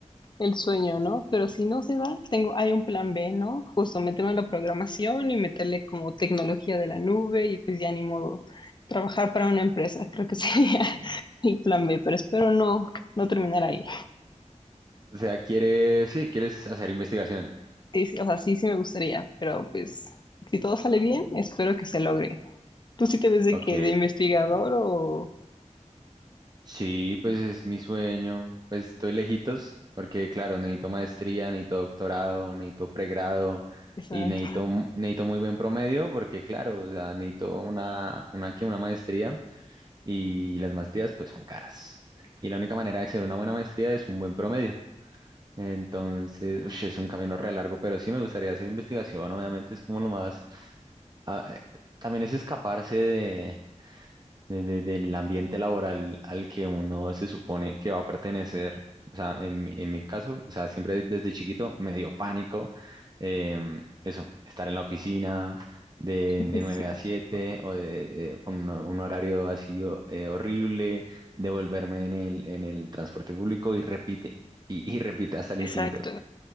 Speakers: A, on the left; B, on the right.
A: el sueño, ¿no? Pero si no se va, tengo, hay un plan B, ¿no? Justo meterme en la programación y meterle como tecnología de la nube y pues ya ni modo trabajar para una empresa, creo que sería <laughs> mi plan B, pero espero no, no terminar ahí.
B: O sea, quieres, sí, quieres hacer investigación.
A: Sí, sí, o sea, sí, sí me gustaría, pero pues si todo sale bien, espero que se logre. ¿Tú sí te ves de
B: Ok,
A: qué? ¿De investigador o...?
B: Sí, pues es mi sueño. Pues estoy lejitos porque, claro, necesito maestría, necesito doctorado, necesito pregrado
A: Exacto,
B: y necesito, mu- necesito muy buen promedio porque, claro, o sea, necesito una, una, que- una maestría y las maestrías pues son caras. Y la única manera de hacer una buena maestría es un buen promedio. Entonces, ush, es un camino re largo, pero sí me gustaría hacer investigación, obviamente es como lo más... ah, eh, también es escaparse de- de- del ambiente laboral al que uno se supone que va a pertenecer. O sea, en, mi en mi caso, o sea, siempre desde chiquito me dio pánico em, eso, estar en la oficina de,
A: <laughs>
B: de
A: sí,
B: nueve a siete o de, eh, con un, un horario así o- eh, horrible, devolverme en el, en el transporte público y repite, y, y repite hasta el
A: exacto,
B: infinito.